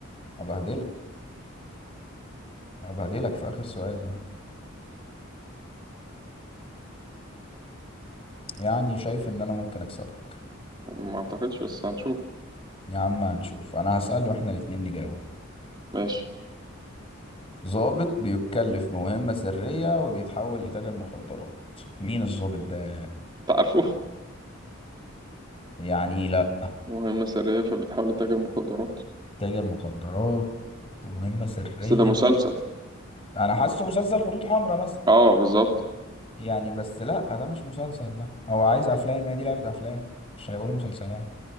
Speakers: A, on the left; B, on the right.
A: هبهدلك هبهدلك في آخر سؤال ده يعني شايف إن أنا ممكن أكسبك
B: ما أعتقدش بس هنشوف
A: يا عم هنشوف أنا هسأله وإحنا الاتنين نجاوب
B: ماشي
A: ضابط بيتكلف بمهمة سرية وبيتحول لتاجر مخدرات مين الضابط ده؟
B: تعرفه
A: يعني لأ
B: مهمة سرية فبتحاول تتاجر مخدرات
A: تاجر مخدرات ومهمة سرية
B: بس ده مسلسل
A: أنا حاسه مسلسل خطوط حمراء مثلا
B: اه بالظبط
A: يعني بس لأ ده مش مسلسل ده هو عايز أفلام هي دي لعبة أفلام مش هيقولوا مسلسلات